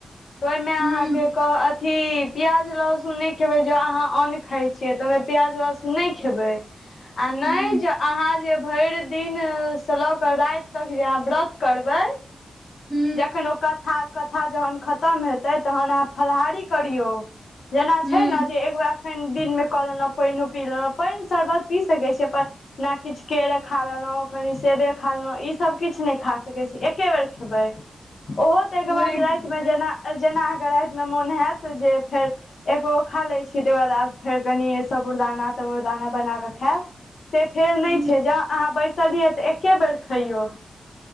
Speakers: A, on the left (about 55°); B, in the centre.
A: तऽ ओहिमे
B: हूं
A: अहाँके कह अथी प्याज लहसुन नहि खेबै ज अहाँ अन्न खाइ छियै तऽ ओहिमे प्याज लहसुन नहि खेबै आ नहि
B: हूं
A: जे अहाँ जे भरि दिन से ल क राति तक जे अहाँ व्रत करबे
B: हू
A: जखन ओ कथा कथा जखन खतम हेतै तखन अहाँ फलाहारी करियौ जेना
B: हूं
A: छै ने जे एक बे एखन दिनमे कऽ लेलहुँ पानिओ पी लेलहुँ पानि शरबत पी सकैत छी अपन ने किछु केरे खा लेलहुँ कनि सेबे खा लेलहुँ ईसभ किछु नहि खा सकैत छी एके बेर खेबै ओहो ताहिके
B: हो
A: बाद
B: राति
A: रातिमे
B: मे
A: जेना जेना अहाँके रातिमे मोन हत जे फेर एकगो खा लै छी तहिकर बादब फेर कनि साबुरदाना ताबुरदाना बना कऽ खायब से फेर नहि
B: हूं
A: छै ज अहाँ बैस एके बेर खैयौ